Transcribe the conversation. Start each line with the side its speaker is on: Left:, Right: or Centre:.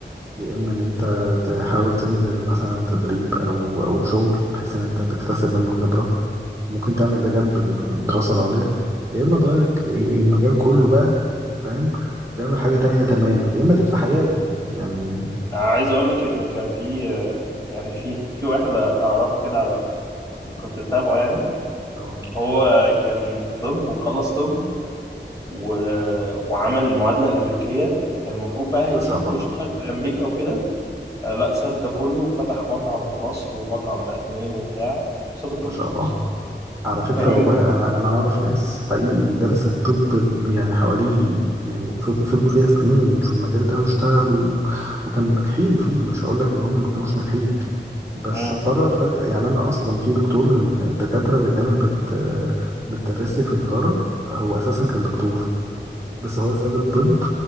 Right: يا اما ان انت تحاول تنزل مثلا تدريب او او شغل بحيث ان انت تكتسب منه خبرة ممكن تعمل ده جنب الدراسة العليا يا اما تغير ك- ال- المجال كله بقى فاهم تعمل حاجة تانية تماما يا اما تفتح عيادة يعني
Left: عايز اقول لك ان كان في آه، يعني في في واحد اعرفه كده على كنت متابعه يعني
Right: اه
Left: هو كان في طب وخلص طب و... وعمل المعادلة الأمريكية كان المفروض بقى هيسافر
Right: ما شاء الله
Left: ويشتغل في أمريكا وكده آه، لا ساب ده كله وفتح مطعم في مصر والمطعم بقى اتنين وبتاع ساب الطب
Right: ما شاء
Left: خالص
Right: الله على
Left: <laughs>
Right: فكرة
Left: فاهمني؟
Right: والله انا انا اعرف ناس حقيقي درست طب يعني حوالي يعني فض- فضلوا فيها سنين في المجال ده واشتغلوا وكانوا ناجحين فيه مش هقول لك ان هم ما كانوش ناجحين بس
Left: امم
Right: قرر فجأة يعني أنا أصلا في دكتور من الدكاترة اللي كانت بت بتدرس لي في تجارة هو أساسا كان دكتور بس هو ساب الطب